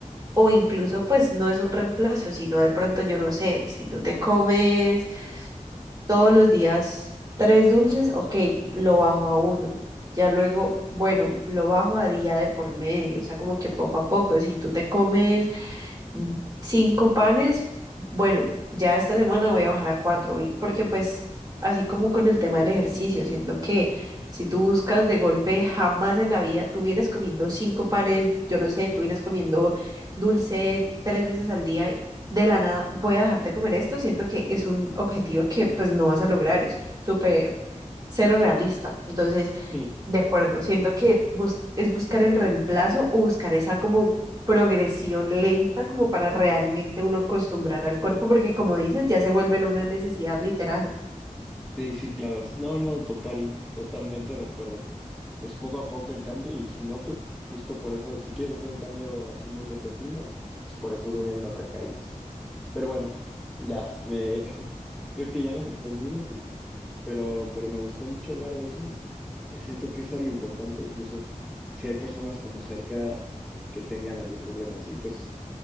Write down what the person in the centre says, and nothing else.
Sí,
sí, sí, claro. No, no, total, totalmente de acuerdo. Es poco a poco el cambio y si no, pues justo por eso, si quieres hacer un cambio así muy repentino, pues por eso vienen las recaídas. Pero bueno, ya, me <laughs> creo que ya nos extendimos y pero pero me gustó mucho hablar de eso. Eh, Siento que es algo importante, incluso si hay personas como cerca que tengan algún problema así, pues